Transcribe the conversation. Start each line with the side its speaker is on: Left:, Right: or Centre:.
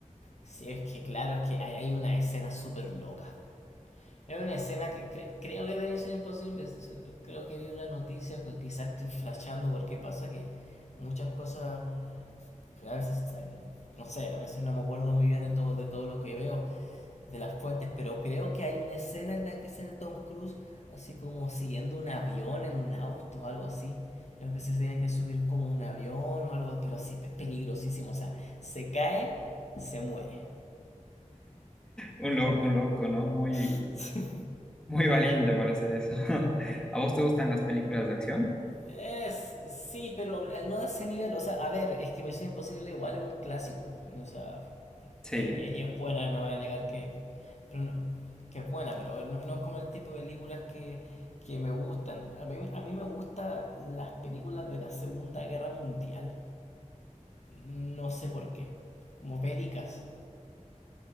Left: Sí, es que claro, es que hay, hay una escena súper loca. Era una escena que cre- creo que debe ser imposible. Creo que vi una noticia, pues, quizás estoy flashando porque pasa que muchas cosas, a veces, eh, no sé, a veces no me acuerdo muy bien de todo, de todo lo que veo, de las fuentes, pero creo que hay una escena en la que sale Tom Cruise así como siguiendo un avión en un auto algo así. Creo que se tiene que subir como un avión o algo, pero así es peligrosísimo. O sea, se cae, se muere.
Centre: Un loco, un loco, ¿no? Muy,
Left: <laughs>
Centre: muy valiente para hacer eso. <laughs> ¿A vos te gustan las películas de acción?
Left: Es, sí, pero eh, no a ese nivel. O sea, a ver, es que Misión Imposible igual es un clásico. O sea,
Centre: Sí.
Left: e- ella es buena, no voy a negar que, pero no- que es buena, pero no, no es como el tipo de películas que, que me gustan. A mí, a mí me gustan las películas de la Segunda Guerra Mundial. No sé por qué. Como bélicas.